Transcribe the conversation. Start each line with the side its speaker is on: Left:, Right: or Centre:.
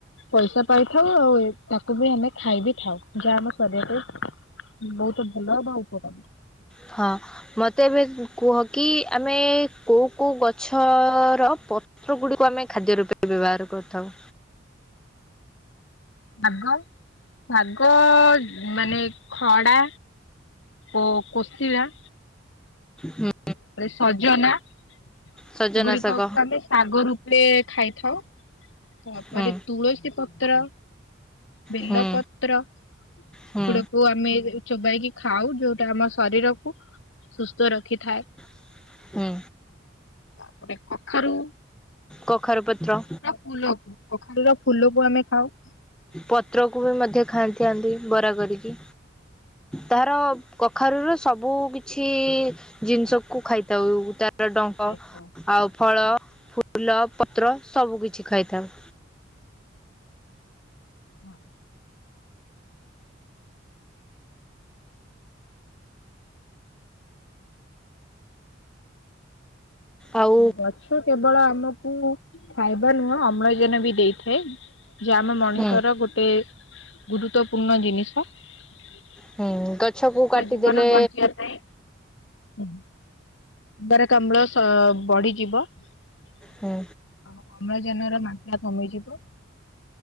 Left: ପଇସା ପାଇଥାଉ, ଆଉ ତାକୁ ବି ଆମେ ଖାଇବି ଥାଉ। ଯାହା ଆମ ଶରୀର ପାଇଁ ବହୁତ ଭଲ ବା ଉପକାରି।
Centre: ହଁ। ମତେ ଏବେ କୁହ କି ଆମେ କୋଉ-କୋଉ ଗଛର ପ <unintelligible> ଗୁଡ଼ିକୁ ଆମେ ଖାଦ୍ୟ ରୂପେ ବ୍ୟବହାର କରିଥାଉ?
Left: ଭାଗ ଭାଗ ମାନେ ଖଡା ଓ କୋସିଳା
Centre: ହୁଁ।
Left: ସଜନା ସେଗୁଡିକ
Centre: ସଜନା ଶାଗ
Left: କୁ ଆମେ ଶାଗରୁ ପେ ଖାଇଥାଉ, ତାପରେ
Centre: ହୁଁ
Left: ତୁଳସୀ ପତ୍ର ବେଲପତ୍ର
Centre: ହୁଁ ହୁଁ
Left: ସେଗୁଡ଼କୁ ଆମେ ଚୋବାଇକି ଖାଉ, ଯୋଉଟା ଆମ ଶରୀରକୁ ସୁସ୍ଥ ରଖିଥାଏ।
Centre: ହୁଁ।
Left: ତାପରେ କଖାରୁ
Centre: କଖାରୁ ପତ୍ର
Left: ଫୁଲ କଖାରୁ ର ଫୁଲକୁ ଆମେ ଖାଉ।
Centre: ପତ୍ରକୁ ବି ମଧ୍ୟ ଖାଆନ୍ତି ଥାନ୍ତି ବରା କରିକି। ତାର କଖାରୁ ର ସବୁକିଛି ଜିନିଷକୁୁ ଖାଇଥାଉ, ତାର ଡଙ୍କ
Left: ଖାଇଥାଉ
Centre: ଆଉ ଫଳ ଫୁ ଫୁଲ ପତ୍ର ସବୁକିିଛି ଖାଇଥାଉ।
Left: ହଁ।
Centre: ଆଉ
Left: ଗଛ କେବଳ ଆମକୁ ଖାଇବା ନୁହଁ ଅମ୍ଳଜାନ ବି ଦେଇଥାଏ। ଯେ ଆମ ମଣିଷର
Centre: ହୁଁ
Left: ଗୋଟେ ଗୁରୁତ୍ଵପୂର୍ଣ୍ଣ ଜିନିଷ। ସୁସ୍ଥ
Centre: ହୁଁ ଗଛକୁ କାଟିଦେଲେ
Left: ଜୀବନ ବଞ୍ଚିବା ପାଇଁ ଅଙ୍ଗାରକାମ୍ଳ ବଢିଯିବ ଆଉ
Centre: ହୁଁ
Left: ଅମ୍ଳଜାନର ମାତ୍ରା କମିଯିବ।